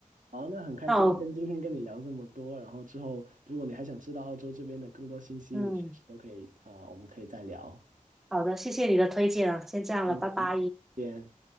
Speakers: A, on the right (about 70°); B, in the centre.
A: 好，那很开心跟今天跟你聊这么多，
B: 那我，
A: 然后之后如果你还想知道澳洲这边的更多信息，
B: 嗯，
A: 你随时都可以啊、呃我们可以再聊。
B: 好的，谢谢你的推荐啊，先这样了，
A: 嗯，
B: 拜拜。
A: 再见。